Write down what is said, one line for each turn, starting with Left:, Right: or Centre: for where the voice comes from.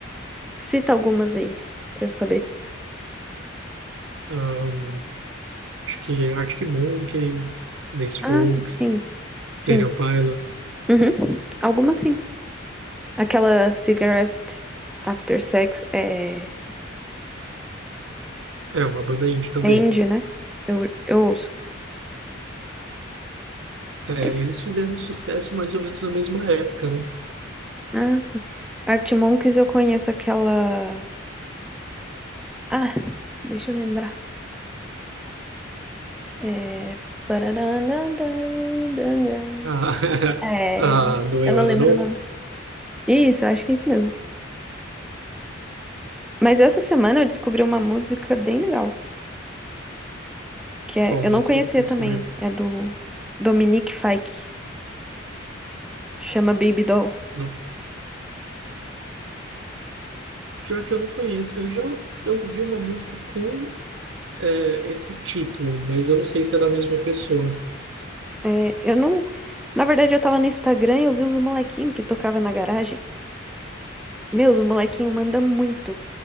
Centre: cita algumas aí, pra eu saber.
Right: Ahn, acho que Arctic Monkeys, The Strokes,
Centre: Ah, sim, sim.
Right: Stereo Pilots.
Centre: Uhum. Algumas sim. Aquela Cigarette After Sex é.
Right: É uma banda indie também.
Centre: Entende, né? Eu, eu ouço.
Right: É,
Centre: Esse?
Right: eles fizeram sucesso mais ou menos na mesma época, né?
Centre: Ah, sim. Artimonks eu conheço aquela. Ah, deixa eu lembrar. É. Pararandandandandã.
Right: A,
Centre: É.
Right: <laughs> a do I
Centre: Eu não
Right: Wanna
Centre: lembro
Right: Know,
Centre: o nome. Isso, eu acho que é isso mesmo. Mas essa semana eu descobri uma música bem legal. Que é.
Right: qual
Centre: Eu
Right: música
Centre: não conhecia
Right: que você descobriu?
Centre: também. É do Dominique Fike. Chama Baby Doll.
Right: Não. Pior que eu não conheço. Eu já eu ouvi uma música com é, esse título, mas eu não sei se é da mesma pessoa.
Centre: É, eu não. Na verdade, eu tava no Instagram e eu vi os molequinhos que tocava na garagem. Meus, o molequinho manda muito.